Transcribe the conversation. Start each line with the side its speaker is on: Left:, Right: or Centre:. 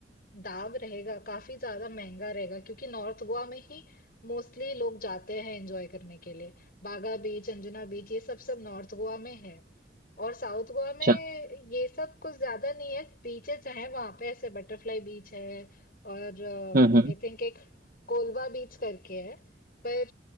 Left: दाब रहेगा काफी ज्यादा महंगा रहेगा क्योंकि नॉर्थ गोवा में ही मोस्टली लोग जाते हैं एंजॉय करने के लिए बागा बीच अंजुना बीच ये सब सब नॉर्थ गोवा में है और साउथ गोवा
Right: अच्छा
Left: में ये सब कुछ ज्यादा नहीं है बीचेस हैं वहां पे ऐसे बटरफ्लाई बीच है और
Right: हम्म हम्म
Left: आई थिंक एक कोलवा बीच करके है पर